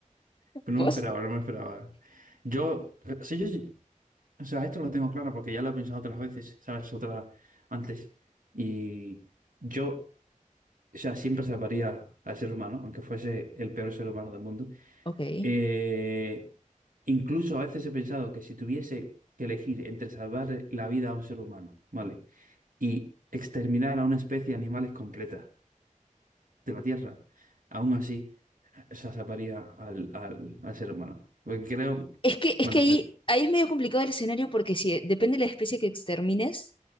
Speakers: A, on the right; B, on the left.
A: Pero
B: ¿Vos?
A: no me esperaba, no me esperaba. Yo, eh, sí, yo, sí- o sea, esto lo tengo claro porque ya lo he pensado otras veces, ¿sabes? Otras antes. Y yo, o sea, siempre salvaría al ser humano, aunque fuese el peor ser humano del mundo.
B: Ok.
A: Eh, incluso a veces he pensado que si tuviese que elegir entre salvar la vida a un ser humano, ¿vale? Y exterminar a una especie de animales completa de la Tierra, aún así. sea, salvaría al, al, al ser humano. Porque creo,
B: Es que, es
A: bueno,
B: que ahí,
A: de-
B: ahí es medio complicado el escenario porque si depende de la especie que extermines,